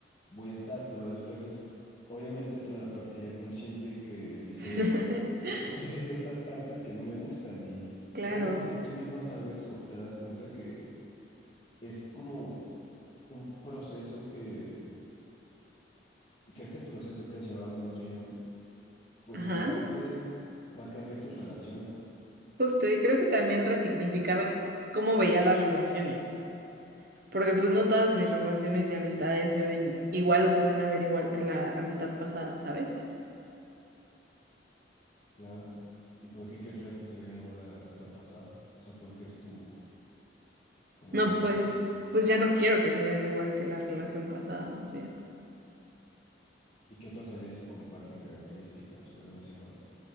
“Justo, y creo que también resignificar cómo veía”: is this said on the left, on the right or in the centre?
Right